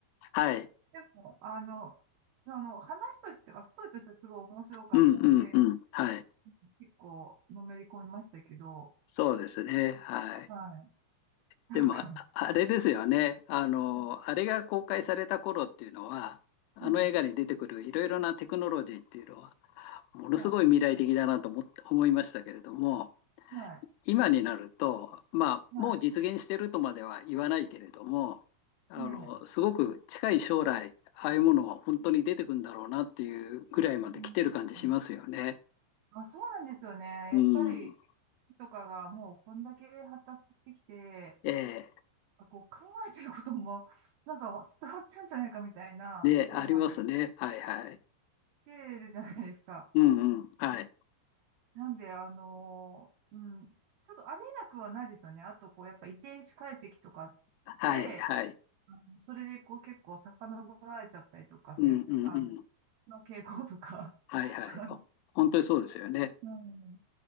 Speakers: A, on the left; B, on the right.
A: はい。
B: でも、あの、その話としては、ストーリーとしてはすごい面白かったんで、
A: うん、うん、うん。はい。
B: 結構のめり込みましたけど、
A: そうですね。はい。
B: はい。
A: でも、
B: なんか、
A: ああれですよね。あの、
B: うん
A: あれが公開された頃っていうのは、あの映画に出てくるいろいろなテクノロジーっていうのは、
B: うん
A: ものすごい未来的だなと思って、
B: はい、
A: 思いましたけれども、
B: はい、
A: 今になると、まあ、
B: は
A: もう実現してるとまでは言わないけれども、あの、
B: い、ねえ。
A: すごく近い将来、ああいうものは本当に出てくるんだろうなっていうぐらいまで来てる感じしますよね。
B: うんうんあ、そうなんですよね。やっぱり、
A: うん。
B: とかがもうこんだけ発達してきて、
A: ええ。
B: あこう考えてることも、なんか伝わっちゃうんじゃないかみたいなところまで来
A: で、ありますね。はいはい。
B: てるじゃないですか。
A: うんうん。はい。
B: なんで、あのーうん、ちょっとありえなくはないですよね。あと、こう、やっぱ遺伝子解析とか
A: はいはい。
B: で、あのそれで、こう、結構遡られちゃったりとか、その、
A: うんうんうん。
B: あの、の傾向とか。
A: はいはい。
B: <laughs>
A: お本当にそうですよね。
B: うん。